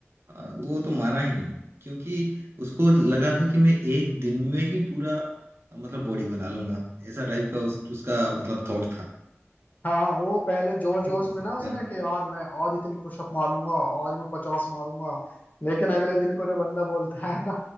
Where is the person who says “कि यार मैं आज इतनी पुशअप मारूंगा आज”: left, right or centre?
Left